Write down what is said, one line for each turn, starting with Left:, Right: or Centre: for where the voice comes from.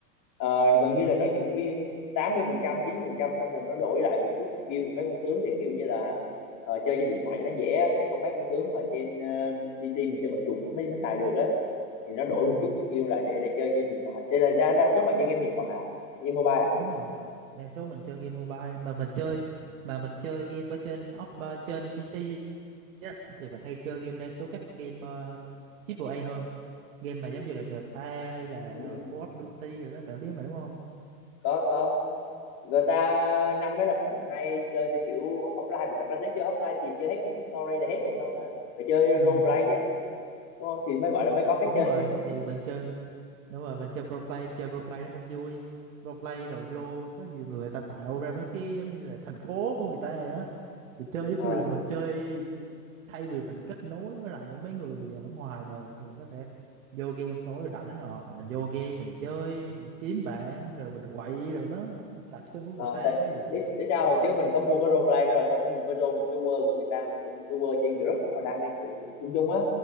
Left: Ờ,
Right: ờ
Left: gần như là nó giữ nguyên 80 phần trăm 90 phần trăm xong rồi nó đổi lại một chút skill của mấy con tướng để kiểu như là ờ, chơi trên điện thoại cho nó dễ á. tại có mấy con tướng mà trên ờ, PC mình chơi bằng chuột mới mới xài được á thì nó đổi
Right: ừ.
Left: một chút skill lại để để chơi trên điện thoại thế là đa, đa số bạn chơi game điện thoại à game mobile à
Right: đúng rồi đa số mình chơi game mobile mà mình chơi mà mình chơi game ở trên op ờ, trên PC á, thì mình hay chơi game đa số các game uh, triple A hơn game mà giống như là GTA hay là
Left: Ừ, ừ,
Right: ờ,
Left: ừ.
Right: Call of Duty rồi đó bạn biết mà đúng không
Left: có có người ta năm đó là bạn hay chơi theo kiểu offline vì thật ra nếu chơi offline thì chơi hết cái, cái story là hết rồi đâu nữa phải chơi
Right: ừ
Left: role play á đúng không thì mới gọi là mới có cái
Right: đúng
Left: chơi
Right: rồi
Left: <laughs> á
Right: thì mình chơi đúng rồi mình chơi pro play chơi pro play nó cũng vui pro play rồi vô có nhiều người, người ta tạo ra mấy cái giống như là thành phố của người ta rồi đó thì chơi giống
Left: ờ
Right: như là mình chơi thay vì mình kết nối với lại mấy người ở ngoài đời thì mình có thể vô game tối rảnh rồi mình vô game mình chơi mình kiếm bạn rồi mình quậy rồi nó đặt chân của người
Left: ờ
Right: ta
Left: tại
Right: nó vậy
Left: để, để sao hồi trước mình có mua cái role play đó rồi xong đó mình có vô một cái world của người ta mà kiểu một cái world trên group họ đăng lên cử chung chung á